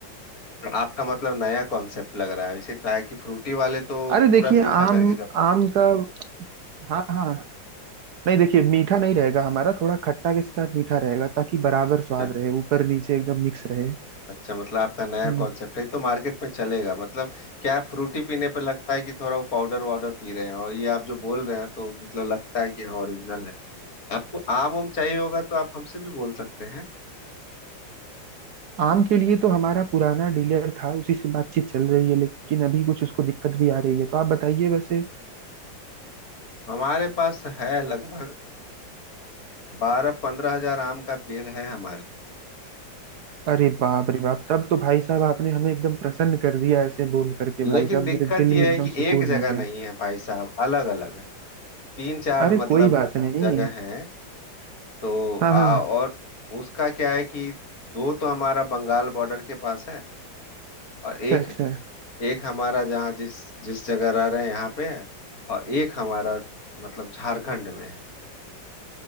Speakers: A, on the left; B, on the right.
A: आपका मतलब नया कॉन्सेप्ट लग रहा है इसे कहा है कि फ्रूटी वाले तो
B: अरे देखिए
A: पूरा मीठा
B: आम
A: करके करते
B: आम का हाँ हाँ नहीं देखिए मीठा नहीं रहेगा हमारा थोड़ा खट्टा के साथ मीठा रहेगा ताकि बराबर स्वाद
A: हैं
B: रहे ऊपर नीचे एकदम मिक्स रहे
A: अच्छा मतलब आपका नया
B: हम्म।
A: कॉन्सेप्ट है तो मार्केट में चलेगा मतलब क्या फ्रूटी पीने पे लगता है कि थोड़ा वो पाउडर वाउडर पी रहे हैं और ये आप जो बोल रहे हैं तो मतलब लगता है कि हाँ ओरिजिनल है आपको आम उम चाहिए होगा तो आप हमसे भी बोल सकते हैं
B: आम के लिए तो हमारा पुराना डीलर था उसी से बातचीत चल रही है लेकिन अभी कुछ उसको दिक्कत भी आ रही है तो आप बताइए वैसे
A: हमारे पास है लगभग बारह पंद्रह हजार आम का पेड़ है हमारे
B: अरे बाप रे बाप तब तो भाई साहब आपने हमें एकदम प्रसन्न कर दिया ऐसे बोल करके
A: लेकिन
B: भाई साहब
A: दिक्कत
B: मेरे दिल
A: यह
B: में एकदम
A: है कि
B: सुकून
A: एक जगह
B: हो गया
A: नहीं है भाई साहब अलग अलग है तीन चार
B: अरे
A: मतलब
B: कोई बात नहीं
A: जगह हैं तो
B: हाँ
A: आ,
B: हाँ
A: और उसका क्या है कि दो तो हमारा बंगाल बॉर्डर के पास है और
B: अच्छा
A: एक
B: अच्छा
A: एक हमारा जहाँ जिस जिस जगह रह रहे हैं यहाँ पे है और एक हमारा मतलब झारखंड में है